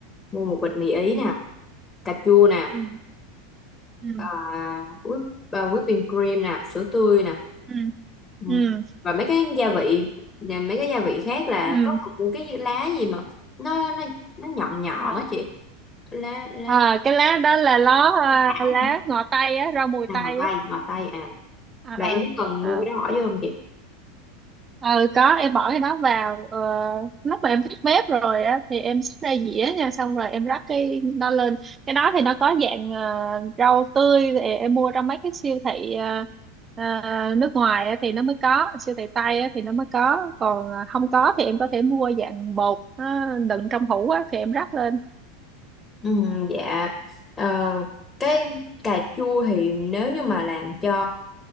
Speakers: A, on the left; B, on the right.
A: mua một bịch mì ý
B: ừ
A: nè cà chua nè
B: ừ ừ
A: à, whip, à, whipping cream nè sữa tươi nè
B: ừ
A: Ừ.
B: ừ ừ
A: và mấy cái gia vị và mấy cái gia vị khác là
B: ừ.
A: có một cái lá gì mà nó nó nó nhọn nhọn
B: à,
A: á chị lá lá
B: à, cái lá đó là ló à,
A: thảo
B: lá
A: hả
B: ngò tây á rau mùi
A: à,
B: tây
A: ngò tây
B: á
A: ngò tây à
B: à,
A: là em cũng cần
B: à,
A: mua cái
B: à.
A: đó bỏ vô không chị
B: ừ có em bỏ cái đó vào ờ, lúc mà em tắt bếp rồi á thì em xúc ra dĩa nha xong rồi em rắc cái đó lên cái đó thì nó có dạng ờ, rau tươi thì em mua trong mấy cái siêu thị ờ, ờ, nước ngoài á, thì nó mới có siêu thị Tây á, thì nó mới có còn ờ, không có thì em có thể mua dạng bột nó đựng trong hũ á, thì em rắc lên
A: Ừ, dạ Ờ, cái cà chua thì nếu như mà làm cho